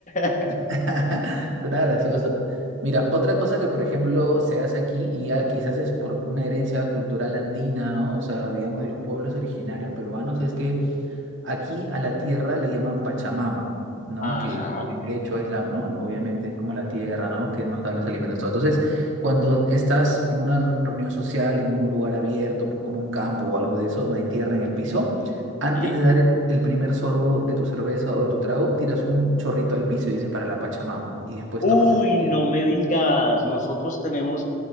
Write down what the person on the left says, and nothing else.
<laughs>
Ajá.
¿Y?
Uy,
no me digas, nosotros tenemos